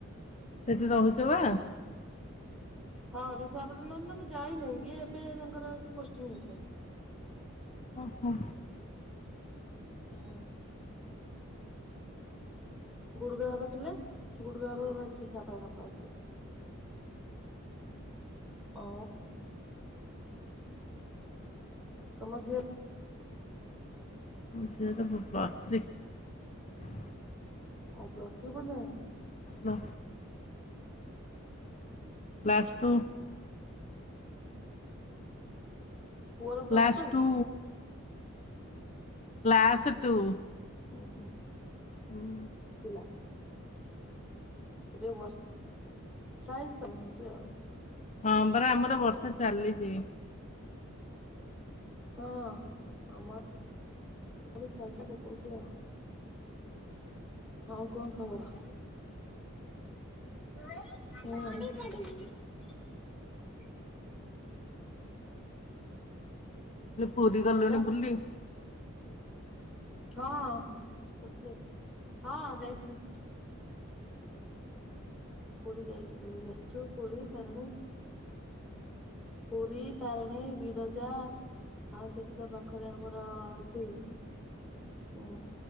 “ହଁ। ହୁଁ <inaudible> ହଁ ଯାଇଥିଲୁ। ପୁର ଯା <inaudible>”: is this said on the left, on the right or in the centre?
Centre